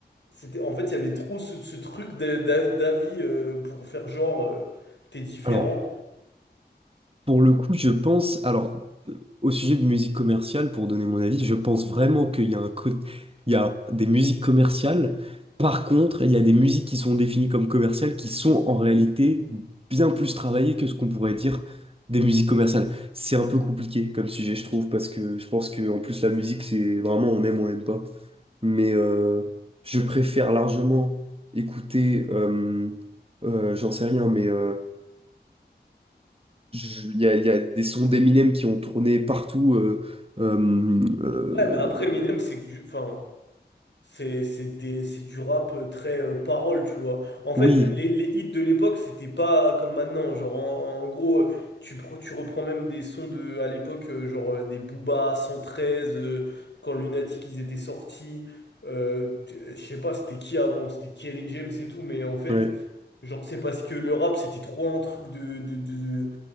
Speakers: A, on the left; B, on the right.
A: c'était, en fait, il y avait trop ce, ce truc d'a- d'a- d'avis euh, pour faire genre, euh, t'es différent.
B: Alors. Pour le coup, je pense, alors, euh, au sujet de musique commerciale, pour donner mon avis, je pense vraiment qu'il y a un côté, il y a des musiques commerciales. Par contre, il y a des musiques qui sont définies comme commerciales qui sont en réalité bien plus travaillées que ce qu'on pourrait dire des musiques commerciales. C'est un peu compliqué comme sujet, je trouve, parce que je pense que en plus la musique, c'est vraiment on aime, on n'aime pas. Mais euh, je préfère largement écouter, euh, euh, j'en sais rien, mais euh, je- Il y a, il y a des sons d'Eminem qui ont tourné partout. euh, euh, euh,
A: Ouais, mais après, Eminem, c'est que du, enfin, C'est c'est des- c'est du rap euh, très euh, parole, tu vois. En fait,
B: Oui,
A: les, les hits de l'époque, c'était pas comme maintenant. Genre, en, en gros, euh, tu, pro- tu reprends même des sons de, à l'époque, euh, genre euh, des Booba 113, euh, quand Lunatic, ils étaient sortis. Euh, t- je sais pas, c'était qui avant? C'était Kerry James et tout, mais en fait,
B: ouais.
A: Genre, c'est parce que le rap, c'était trop un truc de, de, de,